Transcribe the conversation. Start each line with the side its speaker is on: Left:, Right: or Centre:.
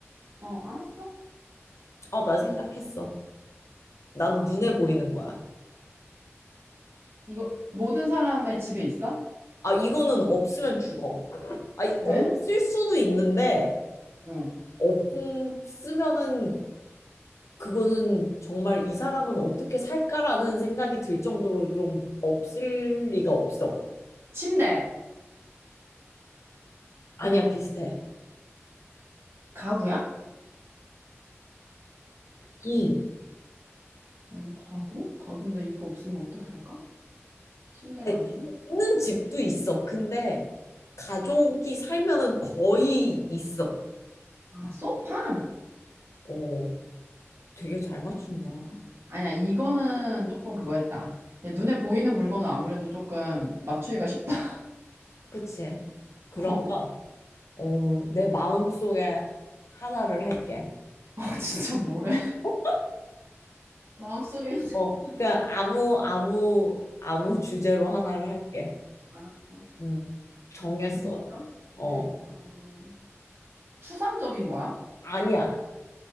Right: 어, 알았어.
Left: 어 나 생각했어 난
Right: 음,
Left: 눈에 보이는 거야
Right: 이거 모든 사람의 집에 있어?
Left: 아 이거는 없으면 죽어 아 이-
Right: 에?
Left: 없을 수도 있는데
Right: 어.
Left: 없으면은 그거는 정말 이 사람은 어떻게 살까라는 생각이 들 정도로 좀 없을 리가 없어
Right: 침대.
Left: 아니야 비슷해
Right: 가구야?
Left: 응.
Right: 어, 가구? 가구인데 이거 없으면 어떻게 살까? 침대가
Left: 아니,
Right: 아니면?
Left: 없는 집도 있어. 근데 가족이 살면은 거의 있어.
Right: 아, 소파?
Left: 어, 되게 잘 맞춘다.
Right: 음. 아니야, 이거는 조금 그거였다. 얘 눈에 보이는 물건은 아무래도 조금 맞추기가 쉽다.
Left: 그치? 그러면
Right: <laughs>
Left: 어, 내 마음속에 하나를 할게.
Right: 어, 진짜 뭐래?
Left: 어,
Right: 마음속에 있는
Left: 어, 그냥 아무 아무 아무 주제로 하나를 할게.
Right: 거 알았어.
Left: 음, 정했어.
Right: 준비됐어? 오케이.
Left: 어,
Right: 어, 추상적인 거야?
Left: 아니야.